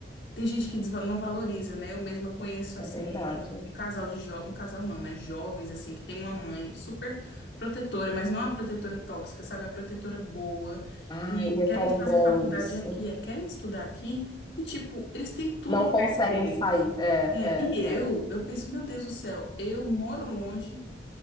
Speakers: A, on the left; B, on the left.
A: tem gente que desva- não valoriza, né? Eu mesma conheço
B: é
A: assim
B: verdade.
A: um casal de jovens, um casal não, né? Jovens, assim, que tem uma mãe super protetora, mas não a protetora tóxica, sabe? A protetora boa.
B: Ai,
A: E
B: é
A: querem
B: tão
A: fazer
B: bom
A: faculdade
B: isso.
A: aqui, é, querem estudar aqui. E, tipo, eles têm tudo
B: Não
A: perto
B: conseguem
A: deles.
B: sair. É,
A: É, e eu,
B: é, é.
A: eu penso, meu Deus do céu, eu moro longe.